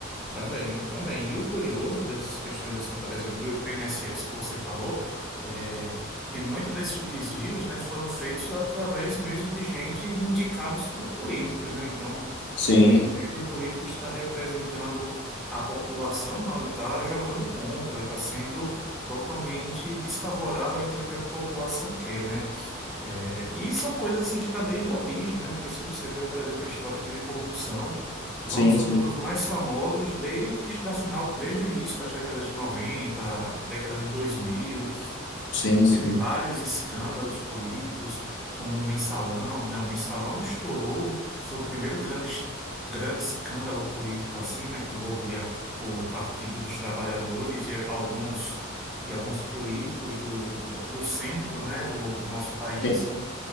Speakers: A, in the centre; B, on the left (about 55°).
A: Também, também. E o curioso dessas questões, assim, por exemplo, do INSS que você falou, é que muitos desses desvios, né, foram feitos através mesmo de gente indicados por políticos, né? Então,
B: Sim,
A: é, em vez do político estar representando a população, não, ele está jogando contra, está sendo totalmente desfavorável àquilo que a população quer, né? É, e são coisas assim que está desde a origem, né? Porque se você vê o Brasil ter histórico de corrupção, vamos
B: sim,
A: supor,
B: sim,
A: dos mais famosos desde a final, desde o início das décadas de 90, década de 2000,
B: sim,
A: eh, que teve
B: sim.
A: vários escândalos políticos, como o Mensalão, né? O Mensalão estourou, foi o primeiro grande, es- grande escândalo político assim, né? Que envolvia o Partido dos Trabalhadores e alguns, e alguns políticos do, do centro, né? Do, do nosso país.
B: Tem,